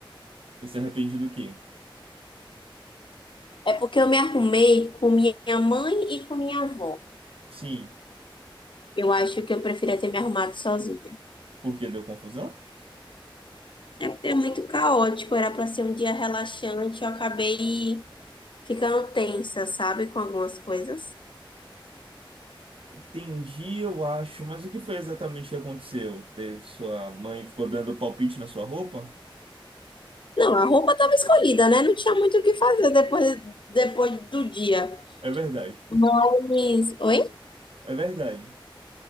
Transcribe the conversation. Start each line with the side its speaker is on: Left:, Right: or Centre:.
Right: Você se arrepende do quê?
Left: É porque eu me arrumei com minha mãe e com minha avó.
Right: Sim,
Left: Eu acho que eu preferia ter me arrumado sozinha.
Right: porque deu confusão?
Left: É porque é muito caótico, era para ser um dia relaxante, eu acabei ficando tensa, sabe, com algumas coisas.
Right: Entendi, eu acho, mas o que foi exatamente que aconteceu? Teve sua mãe ficou dando palpite na sua roupa?
Left: Não, a roupa estava escolhida, né? Não tinha muito o que fazer depois, depois do dia.
Right: É verdade,
Left: Mas. Oi?
Right: é verdade.